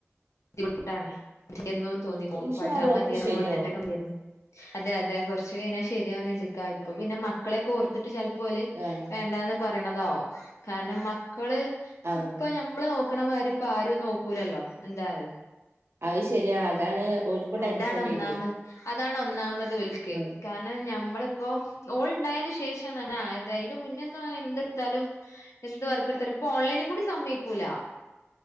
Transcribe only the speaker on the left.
ദ്ധിമുട്ടാണ് പഠ്ചെണ്ടേയ്നു തോന്നിപ്പോവും
പഠ്ച്ചാ
മതിയാര്ന്നു
വന്ന്ട്ടൊക്കെ മതിയാര്ന്നു അതെ അതെ കൊർച്ച് കയ്ഞ്ഞാ ശരിയാവുന്ന് വിചാര്ക്കാ ഇപ്പൊ പിന്നെ മ മക്കളെക്കോർത്തിട്ട് ചെൽപ്പോല്
വേണ്ടാന്ന് പറയ്ണതാവും കാരണം മക്കള്
ഇപ്പൊ ഞമ്മള് നോക്ക്ണമാരിപ്പാരും നോക്കൂലല്ലോ എന്തായാലും
അതാണൊന്നാമത്
അതാണൊന്നാമത് ഓൽക്ക്
ക ണം ഞമ്മള്പ്പോ ഓള്ണ്ടായീൻ്റെ ശേഷാണ് അങ്ങനായത് അയ്ന്റെ മുന്നൊന്നും എന്തെട്ത്താലും എന്ത് വർക്കെട്ത്താലും ഇപ്പോൺലൈന്ക്കൂടിം സമ്മയ്ക്കൂല